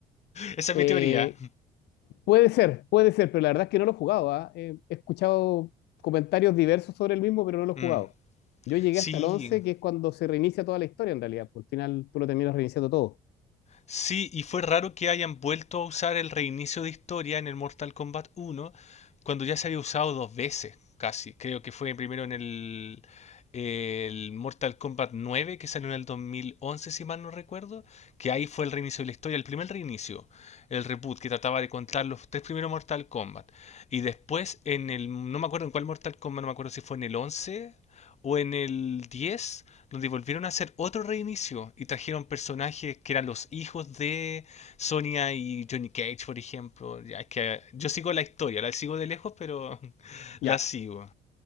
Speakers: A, on the left; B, on the left.
A: Esa es
B: Eh,
A: mi teoría.
B: Puede ser, puede ser, pero la verdad es que no lo he jugado. ¿ah? Eh, he escuchado comentarios diversos sobre el mismo, pero no lo he
A: Mm,
B: jugado. Yo llegué
A: Sí,
B: hasta el 11, que es cuando se reinicia toda la historia en realidad, porque al final tú lo terminas reiniciando todo.
A: Sí, y fue raro que hayan vuelto a usar el reinicio de historia en el Mortal Kombat uno, cuando ya se había usado dos veces, casi. Creo que fue primero en el, el Mortal Kombat nueve, que salió en el 2011, si mal no recuerdo, que ahí fue el reinicio de la historia, el primer reinicio, el reboot que trataba de contar los tres primeros Mortal Kombat. Y después en el, no me acuerdo en cuál Mortal Kombat, no me acuerdo si fue en el 11. O en el 10 donde volvieron a hacer otro reinicio y trajeron personajes que eran los hijos de Sonia y Johnny Cage, por ejemplo. Ya es que yo sigo la historia, la sigo de lejos, pero <laughs> la
B: Ya,
A: sigo.